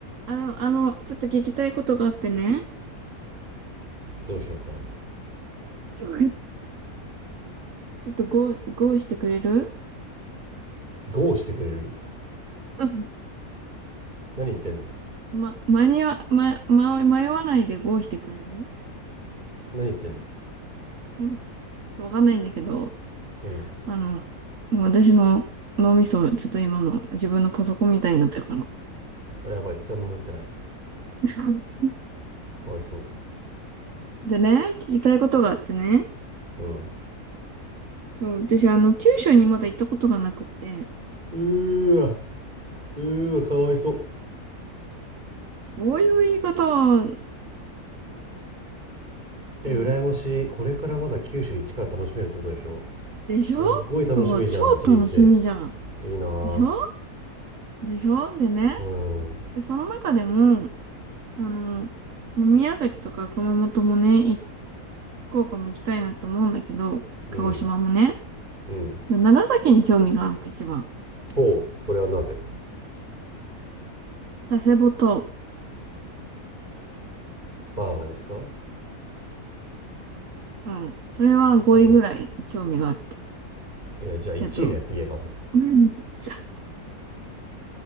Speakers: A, on the right (about 60°); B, on the right (about 30°).
A: あの、あの、ちょっと聞きたいことがあってね。
B: どうしようかな。
A: ちょっとゴー、ゴーしてくれる
B: ゴーしてくれる
A: うん
B: 何言ってんの
A: <laughs> ま、間に合、ま、ま、迷わないでゴーしてくれる
B: 何言ってんの
A: うん <laughs> ちょっとわかんないんだけど、
B: うん。
A: あの、私の脳みそ、ちょっと今の自分のパソコンみたいになってるかな。
B: やばい、つかみ乗ってない。
A: <laughs>
B: かわいそ
A: でね、聞きたいことがあってね。
B: う。うん。う
A: そう、私、あの、九州にまだ行ったことがなくて、
B: ーわ、うーわ、かわいそう。
A: そういう言い方は、
B: え、
A: うん、
B: 羨ましい。これからまだ九州一から楽しめるってことでしょ
A: でしょそう、
B: すっごい楽しみじゃん、
A: 超楽しみじゃん。
B: 人生。いいなぁ。
A: でしょでしょでね、
B: うん。う
A: で、その中でも、あの、もう宮崎とか熊本もね、い福岡も行きたいなって思うんだけど、鹿児島もね。
B: ん。うん。
A: で長崎に興味があるの、一番。
B: ほう、それはなぜ
A: 佐世保と、
B: バーガーですか
A: うん。それは5位ぐらい興味があって。
B: 佐世保。いや、じゃあ1位のやつ言え、
A: えっと、
B: まず。
A: <laughs> 何じゃ